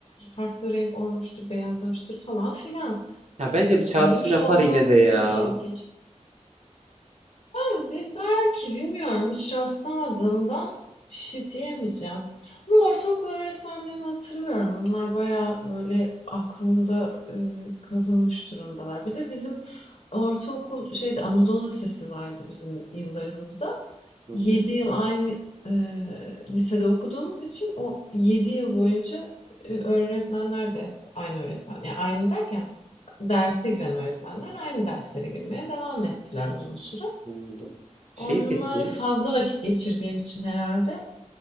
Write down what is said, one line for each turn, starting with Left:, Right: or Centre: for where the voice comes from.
Left: farklı renk olmuştur, beyazlamıştır falan filan.
Right: Ya bence bir çağrışım
Left: tanımış
Right: yapar
Left: olmanız
Right: yine de ya.
Left: bile ilginç. Abi belki bilmiyorum hiç rastlamadığımdan bir şey diyemeyeceğim. Ama ortaokul öğretmenlerimi hatırlıyorum. Onlar bayağı böyle aklımda e, kazınmış durumdalar. Bir de bizim ortaokul şeyde Anadolu Lisesi vardı bizim yıllarımızda.
Right: Hı
Left: 7
Right: hı,
Left: yıl aynı e, lisede okuduğumuz için o yedi yıl boyunca e, öğretmenler de hep aynı öğretmen. Yani aynı derken derse giren öğretmenler aynı derslere girmeye devam ettiler uzun süre.
Right: anladım. Şey
Left: Onlarla
Right: peki
Left: fazla vakit geçirdiğim için herhalde